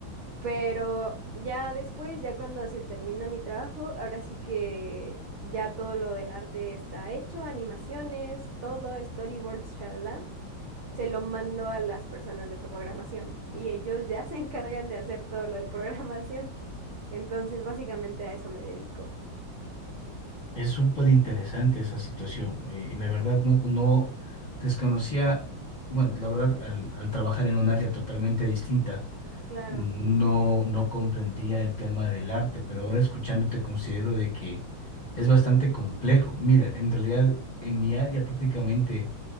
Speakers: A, on the right; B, on the left.
A: Pero ya después, ya cuando se termina mi trabajo, ahora sí que ya todo lo del arte está hecho, animaciones, todo, storyboards, shalala. Se lo mando a las personas de programación y ellos ya <laughs> se encargan de hacer todo lo de programación. Entonces, básicamente a eso me dedico.
B: Es súper interesante esa situación. eh, la verdad, no, no desconocía, bueno, la verdad, al, al trabajar en un área totalmente distinta,
A: Claro.
B: no, no comprendía el tema del arte, pero ahora escuchándote considero de que es bastante complejo. Mira, en realidad, en mi área prácticamente